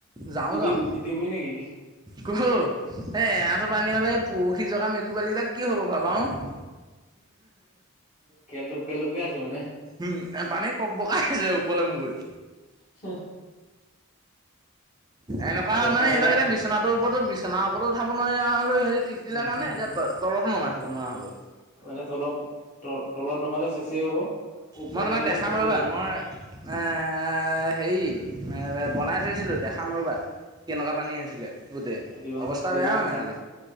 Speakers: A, on the right (about 20°); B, on the left (about 35°).
A: যাওঁ
B: তিতি
A: যাওঁ
B: তিতি বুঢ়ী নেকি
A: কহু ক'ত হেই হেতক লে পৰখি জগা মেকুৰি পোৱালি কেইটা কি হ'ব। ভাবা
B: কেলধূপ কেলধূপকে আছে মানে।
A: উম, পানীত কক বকাইছে ওপৰলৈ মুৰ কৰি।
B: <unintelligible>
A: এনেকুৱা
B: অৱস্থা
A: হ'ল মানে সিহঁতক
B: বেয়া
A: এতিয়া বিচনাটোৰ ওপৰতো বিচনাৰ ওপৰতো উঠাব নোৱাৰি আও হেৰি সিহঁতি তিতি ছিলে
B: উম
A: কাৰণে এতিয়া তলতো নমাই থব নোৱাৰা হলোঁ।
B: এনেই তলত ত তলত নমালে চেচেই হ'ব। ওপৰত
A: মই তোমাক
B: উঠালেও
A: দেখাম
B: চেচেই
A: ৰ'বা
B: হ'ব
A: মই এ হেৰি এ বনাই ছিলো দেখাম ৰ'বা, কেনেকুৱা পানী হৈছিলে। গোটেই
B: দিবাহ
A: অৱস্থা
B: দিবাহো
A: বেয়া মানে
B: চাম
A: কালি,